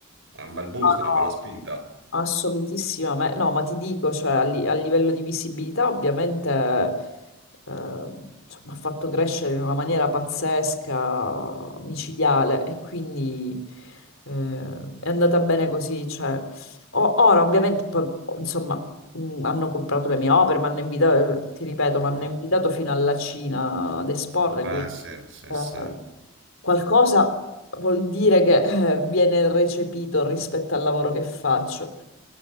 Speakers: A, on the right; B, on the left.
A: È un bel boost,
B: No,
A: una
B: no.
A: bella spinta.
B: Assolutissima, ma- no, ma ti dico, cioè, a, li- a livello di visibilità ovviamente eh, cioè, mi ha fatto crescere in una maniera pazzesca, micidiale e quindi eh, è andata bene così. cioè. O- ora ovviamente, poi, insomma, mh, hanno comprato le mie opere, mi hanno invitato, ti ripeto, mi hanno
A: Ah,
B: invitato fino alla Cina ad esporre,
A: Eh,
B: quindi
A: sì, sì,
B: eh,
A: sì.
B: qualcosa vuol dire che eh, viene recepito rispetto al lavoro che faccio.